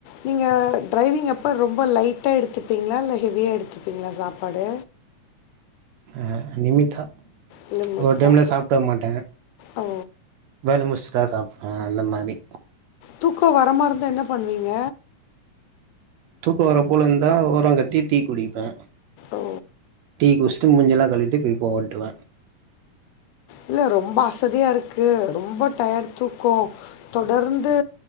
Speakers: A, on the left; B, on the right.
A: நீங்க டிரைவிங் அப்ப ரொம்ப லைட்டா எடுத்துப்பீங்களா இல்ல ஹெவியா எடுத்துப்பீங்களா சாப்பாடு
B: ஹ லிமிட்டா
A: இல்லை முட்டா
B: ஒரு டைம்ல சாப்ட்டர மாட்ட
A: ஓ
B: வேல முச்சுதா சாப்டுவ அந்த மாரி
A: தூக்கோ வரமா இருந்தா என்ன பண்வீங்க
B: தூக்கோ வரப்போலிந்தா ஓரங் கட்டி டீ குடிப்ப
A: ஓ
B: டீ குஷ்ட்டு மூஞ்செல்லா கழுவிட்டு திருப்ப ஓட்டுவ
A: இல்ல ரொம்ப அசதியா இருக்கு ரொம்போ டயார்டு தூக்கோ தொடர்ந்து